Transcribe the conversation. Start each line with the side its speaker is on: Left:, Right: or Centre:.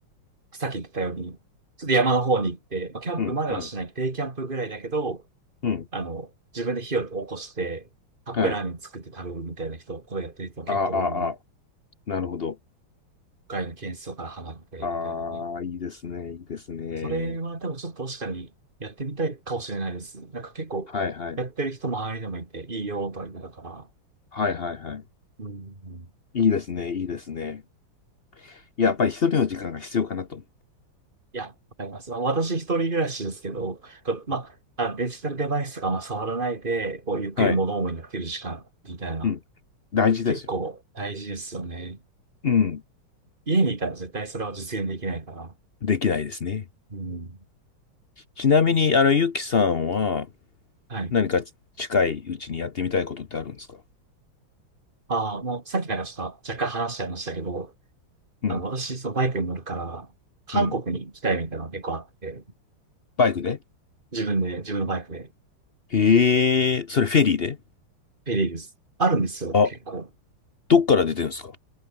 Right: さっき言ってたように、ちょっと山の方に行って、まあ、キャンプまではしない、
Left: うんうん
Right: デイキャンプぐらいだけど、
Left: うん。
Right: あの、自分で火を起こして、カップラーメン作って食べるみたいな人、
Left: はい。
Right: こうやってる人も結構多い、
Left: ああ、ああ、なるほど。
Right: 外の件数からハマって、
Left: ああ、
Right: みたいなね。
Left: いいですね。いいですね。
Right: それは多分ちょっと確かにやってみたいかもしれないです。なんか結構、
Left: はいはい。
Right: やってる人周りでもいて、いいよ、とは言いながら。
Left: はいはいはい。
Right: うん。
Left: いいですね。いいですね。いややっぱり一人の時間が必要かなと。
Right: いや、わかります。まあ、私一人暮らしですけど、こうまあ、
Left: うん
Right: あデジタルデバイスがあ触らないで、こう、ゆっくり物思いになってる時間みたいな、
Left: はい。うん。大事ですよ。
Right: 結構大事ですよね。
Left: うん。
Right: 家にいたら絶対それは実現できないから。
Left: できないですね。
Right: うん。
Left: ちなみに、あの、ゆきさんは
Right: はい。
Left: 何か近いうちにやってみたいことってあるんですか
Right: ああ、もうさっきなんかちょっと若干話しちゃいましたけど、
Left: うん。
Right: あの、私、そのバイクに乗るから、韓国に行きたいみたいなのが結構あって、
Left: うん。バイクで
Right: 自分で、自分のバイクで、
Left: へえ、それフェリーで
Right: ペリーです。あるんですよ、
Left: あ、
Right: 結構。
Left: どっから出てるんですか